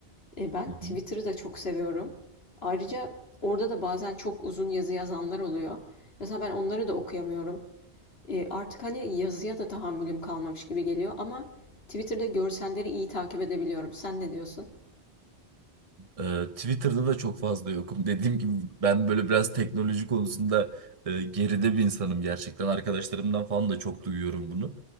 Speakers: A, on the left; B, on the right.
A: E, ben
B: <laughs>
A: Twitter'ı da çok seviyorum. Ayrıca orada da bazen çok uzun yazı yazanlar oluyor. Mesela ben onları da okuyamıyorum. E, artık hani yazıya da tahammülüm kalmamış gibi geliyor ama Twitter'da görselleri iyi takip edebiliyorum. Sen ne diyorsun?
B: Ee, Twitter'da da çok fazla yokum. Dediğim gibi ben böyle biraz teknoloji konusunda e, geride bir insanım gerçekten. Arkadaşlarımdan falan da çok duyuyorum bunu.